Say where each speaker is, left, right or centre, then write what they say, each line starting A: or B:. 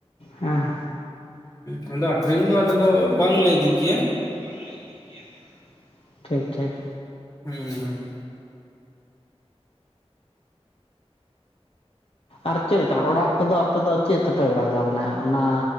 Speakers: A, on the left (about 60°); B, on the left (about 30°).
A: ᱦᱮᱸ᱾
B: ᱦᱩᱸ ᱟᱫᱚ ᱟᱠᱷᱨᱤᱧ ᱫᱚ ᱟᱞᱮ ᱫᱚ ᱵᱟᱝᱞᱮ ᱤᱫᱤ ᱜᱮᱭᱟ᱾
A: ᱵᱟᱝ ᱞᱮ ᱤᱫᱤ ᱜᱮᱭᱟ᱾ ᱴᱷᱤᱠ ᱴᱷᱤᱠ᱾
B: ᱦᱩᱸ ᱦᱩᱸ᱾
A: ᱟᱨ ᱪᱮᱫ ᱞᱮᱠᱟ ᱚᱲᱟᱜ ᱠᱚᱫᱚ ᱟᱯᱮ ᱫᱚ ᱪᱮᱫ ᱛᱮᱯᱮ ᱚᱲᱟᱜᱟ? ᱢᱟᱱᱮ ᱚᱱᱟ